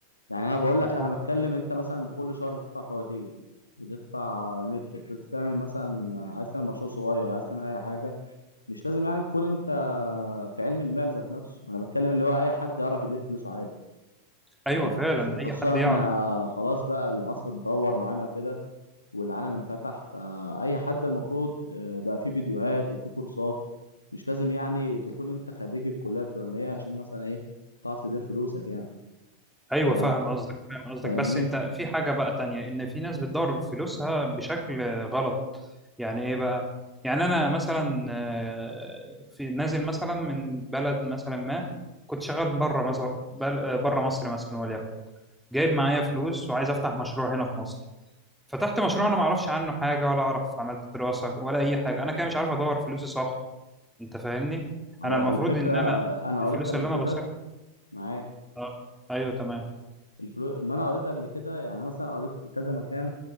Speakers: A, on the left; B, in the centre.
A: يعني أنا بقول لك أنا
B: هو-
A: بتكلم أنت مثلا كل شهر بتدفع فواتير بتدفع نت بتعمل مثلا عايز تعمل مشروع صغير عايز تعمل أي حاجة مش لازم يعني تكون أنت في علم المال ذات نفسه أنا بتكلم اللي هو أي حد يعرف يدير فلوسه عادي يعني
B: ايوه فعلا
A: خصوصا
B: اي حد يعرف
A: إحنا خلاص بقى العصر اتدهور معانا وكده والعالم انفتح فأي حد المفروض آه، بقى فيه فيديوهات وفيه كورسات مش لازم يعني تكون أنت خريج الكلية الفلانية عشان مثلا إيه تعرف تدير فلوسك يعني
B: ايوه
A: ف
B: فاهم قصدك فاهم قصدك
A: فاهمني
B: بس انت في حاجه بقى تانية ان في ناس بتدور فلوسها بشكل غلط يعني ايه بقى يعني انا مثلا آه، في نازل مثلا من بلد مثلا ما كنت شغال بره مصر بره مصر مثلا وليكن جايب معايا فلوس وعايز افتح مشروع هنا في مصر فتحت مشروع انا ما اعرفش عنه حاجه ولا اعرف عملت دراسه ولا اي حاجه انا كده مش عارف ادور فلوسي صح انت فاهمني
A: هو
B: انا المفروض
A: الفكرة
B: ان
A: آه،
B: انا
A: أنا
B: الفلوس
A: قريت قبل
B: اللي انا
A: كده
B: بصرف
A: معاه
B: اه ايوه تمام
A: الفلوس ما أنا قريت قبل كده يعني مثلا قريت في كذا مكان